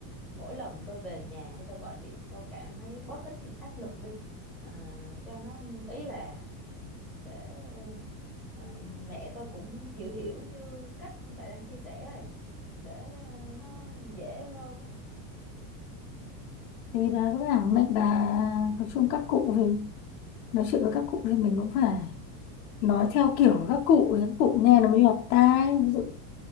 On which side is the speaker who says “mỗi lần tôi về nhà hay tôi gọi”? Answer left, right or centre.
Centre